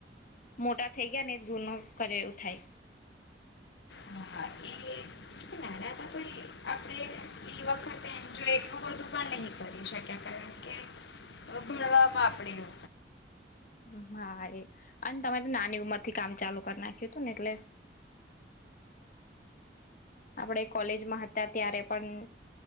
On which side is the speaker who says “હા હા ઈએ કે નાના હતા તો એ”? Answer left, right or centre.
Left